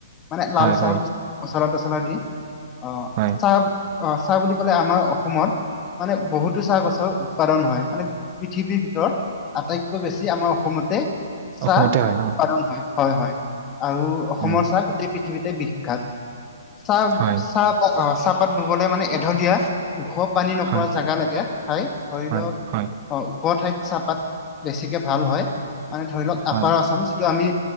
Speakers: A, on the left (about 20°); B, on the right (about 35°).
A: মানে
B: হয়,
A: লাল চাহত
B: হয়,
A: কি মচলা-তচলা দি, অ
B: হয়,
A: চাহ আহ চাহ বুলি ক'লে আমাৰ অসমত মানে বহুতো চাহ গছৰ উৎপাদন হয় মানে পৃথিৱীৰ ভিতৰত আটাইতকৈ বেছি আমাৰ অসমতে চাহ
B: অসমতে
A: উৎপাদন
B: হয় ন?
A: হয়। হয়-হয় আৰু অসমৰ
B: উম,
A: চাহ গো টেই পৃথিৱীতে বিখ্যাত। চাহ-চাহপাত
B: হয়,
A: অহ চাহপাত ৰুবলে মানে এঢলীয়া ওখ পানী নপৰা
B: হয়,
A: জেগা লাগে ঠাই ধৰি
B: হয়,
A: লওক
B: হয়,
A: অ ওখ ঠাইত চাহপাত বেছিকে ভাল হয়। মানে ধৰি লওক
B: হয়,
A: আপাৰ আচাম যিটো আমি